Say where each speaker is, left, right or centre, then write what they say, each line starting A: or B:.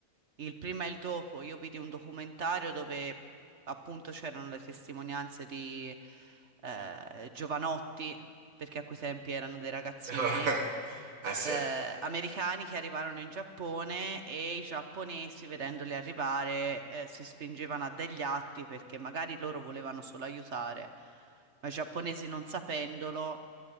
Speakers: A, on the right (about 55°); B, on the right (about 75°).
A: il prima e il dopo. Io vidi un documentario dove appunto c'erano le testimonianze di eh, giovanotti, perché a quei tempi erano dei ragazzini
B: <laughs> Eh sì,
A: eh, americani che arrivarono in Giappone e i giapponesi, vedendoli arrivare, eh, si spingevano a degli atti perché magari loro volevano solo aiutare, ma i giapponesi non sapendolo.